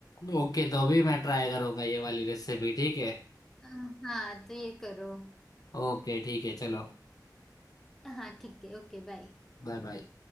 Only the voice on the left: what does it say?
ओके तो अभी मैं ट्राई करूंगा ये वाली रेसिपी ठीक है
ओके ठीक है चलो
Bye bye